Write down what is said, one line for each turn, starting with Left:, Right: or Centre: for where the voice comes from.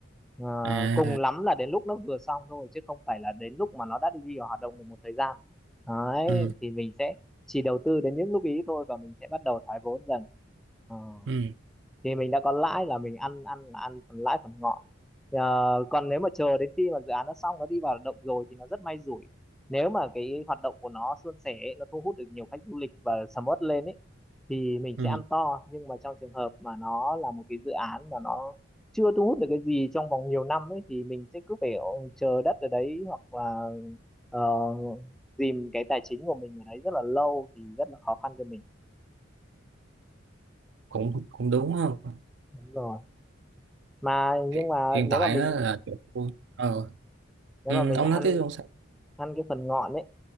Centre: Ờ,
Right: à
Centre: cùng lắm là đến lúc nó vừa xong thôi, chứ không phải là đến lúc mà nó đã đi vào hoạt động được một thời gian. Đấy,
Right: ừ
Centre: thì mình sẽ chỉ đầu tư đến những lúc ý thôi và mình sẽ bắt đầu thoái vốn dần. Ờ
Right: ừ
Centre: thì mình đã có lãi là mình ăn ăn là ăn phần lãi phần ngọn Ờ, còn nếu mà chờ đến khi mà dự án nó xong nó đi vào hoạt động rồi thì nó rất may rủi nếu mà cái hoạt động của nó suôn sẻ ấy, nó thu hút được nhiều khách du lịch và sầm uất lên ấy thì mình
Right: ừ
Centre: sẽ ăn to nhưng mà trong trường hợp mà nó là một cái dự án mà nó chưa thu hút được cái gì trong vòng nhiều năm ấy thì mình sẽ cứ phải chờ đất ở đấy hoặc là ờ, dìm cái tài chính của mình ở đấy rất là lâu thì rất là khó khăn cho mình
Right: cũng cũng đúng không
Centre: đúng rồi mà nhưng
Right: hiện,
Centre: mà
Right: hiện
Centre: nếu
Right: tại
Centre: mà mình
Right: á là chỗ tôi ờ
Centre: nếu
Right: Ừ,
Centre: mà mình
Right: ông
Centre: ăn
Right: nói tiếp không sao
Centre: ăn cái phần ngọn ấy